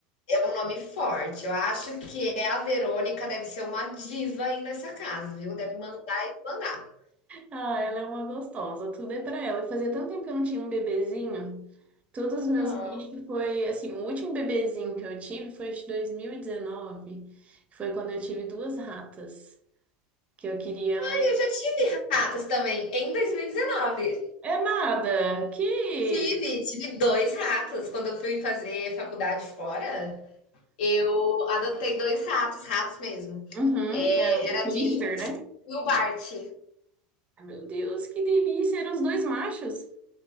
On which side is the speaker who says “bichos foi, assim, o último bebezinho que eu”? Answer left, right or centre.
Right